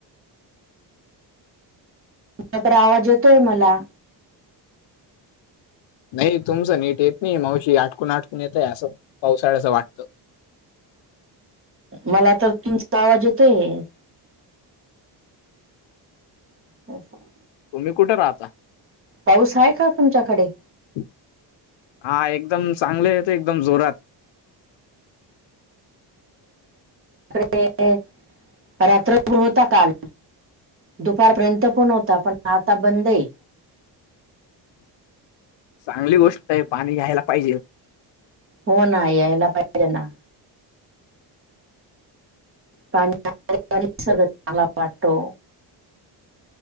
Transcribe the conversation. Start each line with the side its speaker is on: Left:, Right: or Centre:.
Right: मात्र आवाज येतोय मला.
Left: नाही तुमचं नीट येत नाही मावशी आटकून आटकून येतय असं पावसाळ्याच वाटतं.
Right: मला तर तीमचा आवाज येतोय. <inaudible>
Left: तुम्ही कुठे राहता?
Right: पाऊस आहे का तुमच्याकडे?
Left: हा एकदम चांगले आहे तर एकदम जोरात.
Right: कडे रात्रभृ होता काल. दुपारपर्यंत पण होता पण आता बंद आहे.
Left: चांगली गोष्ट आहे पाणी घ्यायला पाहिजे.
Right: हो ना यायला पाहि रे ना. पाणी पाणी सगळ चांला वाटतो.